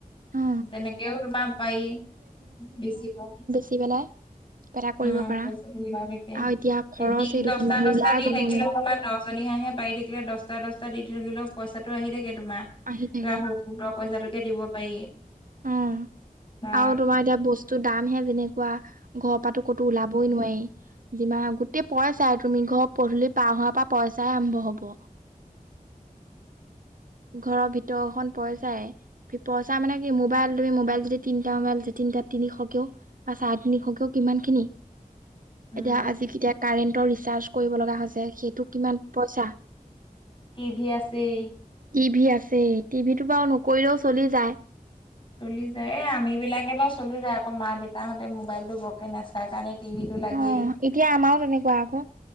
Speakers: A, on the right; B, on the left.
A: অ
B: তেনেকেও তোমাৰ পাৰি বেছিব।
A: দি পেলাই কিবা এটা কৰিব
B: অ
A: পাৰা
B: পইচা মিলাই
A: আৰু এতিয়া খৰচেই
B: দিম দহটা
A: দেখোন মানুহ
B: দহটা
A: ওলাই
B: দি
A: যাব
B: থাকিলে
A: নোৱাৰি
B: দহজনী হাঁহে পাৰি থাকিলে দহটা দহটা দি থাকিলেও পইচাটো আহি থাকে তোমাৰ।
A: আহি থাকে
B: ত গোটৰ পইচা তোকে দিব পাৰি।
A: উম,
B: বা
A: আৰু তোমাৰ এতিয়া বস্তুৰ দামহে যেনেকুৱা। ঘৰৰ পৰাটো ক'তো ওলাবই নোৱাৰি। যিমা গোটেই পইচাই, তুমি ঘৰ পধূলি পাৰ হোৱাৰ পৰা পইচাই আৰম্ভ হ'ব। ঘৰৰ ভিতৰখন পইছাই। পইচা মানে কি মোবাইল তুমি মোবাইল যদি তিনিটা মোবাইল তিনিটা তিনিশকেও। চাৰে তিনিশকও কিমান খিনি।
B: উম
A: এতিয়া আজি কেতিয়া কাৰেণ্টৰ ৰিচাৰ্জ কৰিব লগা হৈছে সেইটো কিমান পইচা।
B: টিভি আছেই।
A: টিভি আছে টিভিটো বাৰু নকৰিলেও চলি যায়।
B: চলি যায়, এ আমিবিলাকে বাৰু চলি যায়, আকৌ মা দেউতাহঁতে মোবাইলটো বৰকে নাচাই কাৰণে, টিভিটো লাগেই
A: অ', এতিয়া আমাৰো তেনেকুৱা আকৌ